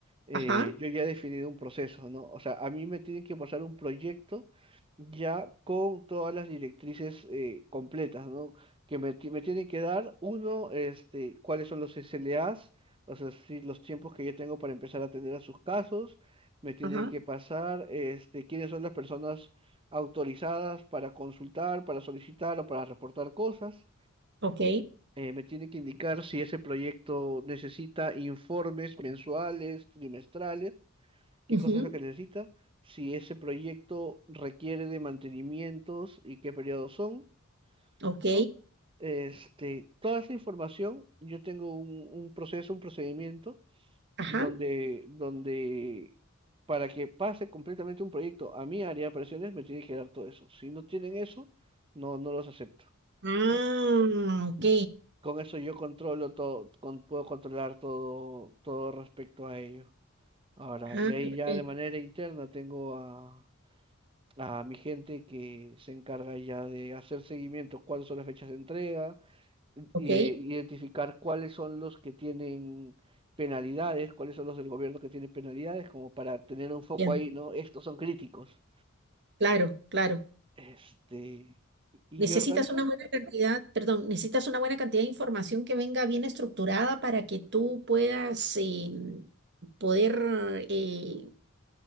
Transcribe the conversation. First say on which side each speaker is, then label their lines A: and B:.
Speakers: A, on the right; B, on the right.
A: eh,
B: ajá,
A: yo ya he definido un proceso, ¿no? O sea, a mí me tienen que pasar un proyecto ya con todas las directrices eh, completas, ¿no? Que me, ti- me tienen que dar, uno, este, cuáles son los SLAs, o sea, sí, los tiempos que yo tengo para empezar a atender a sus casos, me tienen
B: ajá,
A: que pasar, este, quiénes son las personas autorizadas para consultar, para solicitar o para reportar cosas.
B: ok,
A: Eh, me tienen que indicar si ese proyecto necesita informes mensuales, trimestrales, qué
B: ujú,
A: cosa es lo que necesita, si ese proyecto requiere de mantenimientos y qué periodos son,
B: ok,
A: ¿no? Este, toda esa información, yo tengo un, un proceso, un procedimiento
B: ajá,
A: donde, donde para que pase completamente un proyecto a mi área de operaciones me tiene que dar todo eso. Si no tienen eso, no, no los acepto.
B: ah,
A: ¿no?
B: ok,
A: Con eso yo controlo todo, con- puedo controlar todo, todo respecto a ello. Ahora,
B: ah,
A: de ahí ya
B: ok,
A: de manera interna tengo a, a mi gente que se encarga ya de hacer seguimiento, cuáles son las fechas de entrega,
B: ok,
A: eh, identificar cuáles son los que tienen penalidades, cuáles son los del gobierno que tienen penalidades, como para tener un foco
B: bien,
A: ahí, ¿no? Estos son críticos.
B: claro, claro.
A: Este, y y
B: Necesitas
A: organizar.
B: una buena cantidad, perdón, necesitas una buena cantidad de información que venga bien estructurada para que tú puedas em, poder eh,